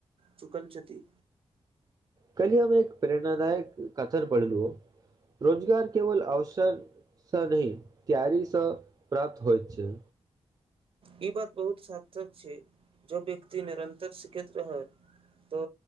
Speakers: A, on the right; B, on the right.
A: चुकलछति
B: कल हममे एक प्रेरणादायक कथन पढ़ल रोजगार केवल अवस स नह तार स प्राप्त होयत छ
A: ई बात बहुत सार्थक छै ज व्यक्त निरन्तरसिखैत रहै तो